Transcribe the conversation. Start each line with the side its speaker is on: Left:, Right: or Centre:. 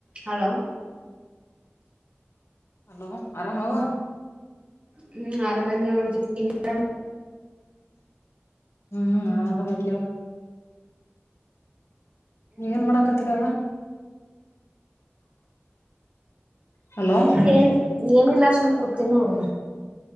Right: hello
Left: hello ಆರಾಮವು
Right: ಹ್ಮ್ ಆರಾಮದ ನೋಡ್ದಿ ಇನ್ನ
Left: ಹ್ಮ್ ನಾ ತಂದದವಾ ಏನ್ ಮಾಡಕತಿರವ ಹಲೋ
Right: ಏನ್ ಏನಿಲ್ಲ ಅಕ್ಷುಮ ಕೂತೀ ನೋಡು